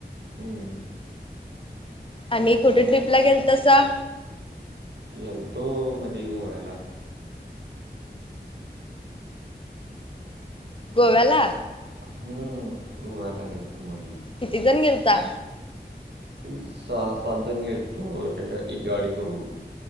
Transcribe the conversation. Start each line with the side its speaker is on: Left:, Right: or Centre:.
Right: हुं.
Left: आणि कुठ ट्रिप ला गेलतो सा?
Right: गेलतो मधी गोव्याला.
Left: गोव्याला?
Right: हुं, गोव्याला गेलतो मधी.
Left: किती जण गेलता?
Right: सहा सात जण गेल तो, एका एक गाडी करून.